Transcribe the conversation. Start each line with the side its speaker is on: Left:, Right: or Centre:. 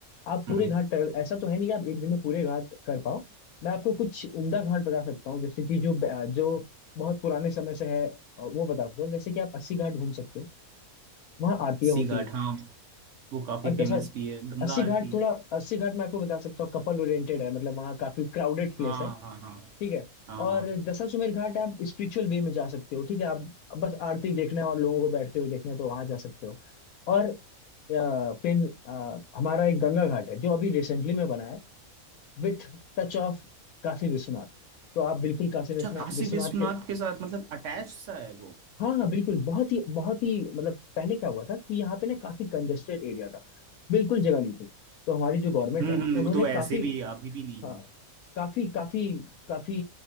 Left: आप पूरे
Right: हम्म
Left: घाट ट्रेवल ऐसा तो है नहीं कि आप एक दिन में पूरे घाट कर पाओ मैं आपको कुछ उम्दा घाट बता सकता हूँ जैसे कि जो ब- जो बहुत पुराने समय से है अ, वो बता सकता हूँ जैसे कि आप अस्सी घाट घूम सकते हो वहाँ आरतियाँ
Right: सी
Left: होती
Right: घाट
Left: हैं
Right: हाँ वो काफी
Left: और जैसा
Right: फेमस भी है गंगा
Left: अस्सी
Right: आरती
Left: घाट थोड़ा अस्सी घाट मैं आपको बता सकता हूँ कपल ओरिएंटेड है मतलब वहाँ काफी क्राउडेड प्लेस
Right: हाँ
Left: है
Right: हाँ हाँ
Left: ठीक है
Right: हाँ
Left: और
Right: हाँ
Left: दशाश्वमेध घाट आप स्पिरिचुअल वे में जा सकते हो ठीक है आप बस आरती देखना है और लोगों को बैठते हुए देखना है तो वहां जा सकते हो और अ, फिर अ, हमारा एक गंगा घाट है जो अभी रिसेंटली में बना है with touch of Kashi Vishwanath तो आप बिल्कुल काशी
Right: अच्छा
Left: विश्वनाथ
Right: काशी
Left: विश्वनाथ
Right: विश्वनाथ
Left: के
Right: के साथ मतलब अटैच सा है वो
Left: हाँ हाँ बिल्कुल बहुत ही बहुत ही मतलब पहले क्या हुआ था कि यहाँ पे ना काफी कंजेस्टेड एरिया था बिल्कुल जगह नहीं थी तो हमारी जो गवर्नमेंट
Right: हम्म
Left: है
Right: हम्म,
Left: उन्होंने
Right: वो तो ऐसे
Left: काफी
Right: भी अभी भी नहीं
Left: हाँ
Right: है
Left: काफी काफी काफी